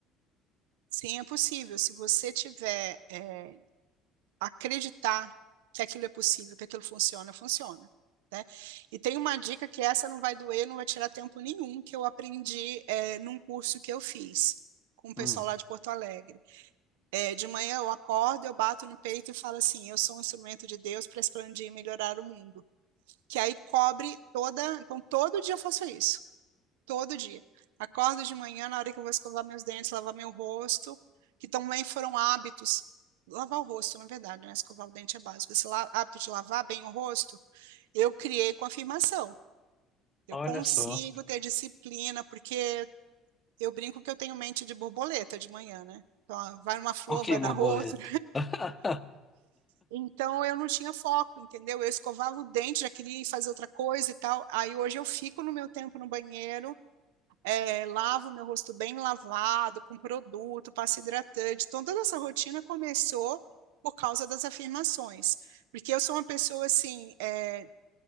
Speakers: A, on the right; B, on the left.
A: Sim, é possível. Se você tiver, eh, acreditar que aquilo é possível, que aquilo funciona, funciona. Né? E tem uma dica que essa não vai doer, não vai tirar tempo nenhum, que eu aprendi é, num curso que eu fiz com o pessoal
B: Hum,
A: lá de Porto Alegre. É, de manhã eu acordo, eu bato no peito e falo assim: eu sou um instrumento de Deus para expandir e melhorar o mundo. Que aí cobre toda. Então, todo dia eu faço isso. Todo dia. Acordo de manhã, na hora que eu vou escovar meus dentes, lavar meu rosto, que também foram hábitos. Lavar o rosto, na verdade, né? Escovar o dente é básico. Esse la- hábito de lavar bem o rosto, eu criei com afirmação. Eu
B: olha
A: consigo
B: só.
A: ter disciplina, porque eu brinco que eu tenho mente de borboleta de manhã, né? Então, ah, vai numa flor,
B: Por que
A: vai
B: borboleta?
A: na <laughs> outra.
B: <laughs>
A: Então, eu não tinha foco, entendeu? Eu escovava o dente, já queria ir fazer outra coisa e tal. Aí, hoje, eu fico no meu tempo no banheiro é, lavo meu rosto bem lavado, com produto, passa hidratante. Então, toda essa rotina começou por causa das afirmações. Porque eu sou uma pessoa assim, é,